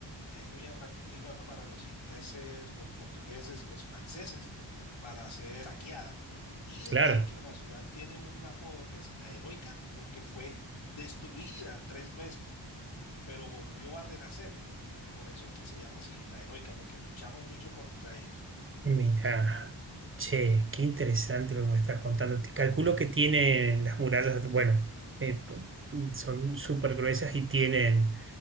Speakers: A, on the left; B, on the right.
A: es muy atractiva para los ingleses, los portugueses y los franceses para ser saqueada. Y de
B: Claro.
A: hecho, la ciudad tiene un apodo que es la heroica porque fue destruida tres veces, pero volvió a renacer. Y por eso es que se llama así la heroica, porque luchamos mucho contra ellos.
B: Mira. Che, qué interesante lo que me estás contando. Te- Calculo que tienen las murallas, bueno, eh, p- son súper gruesas y tienen,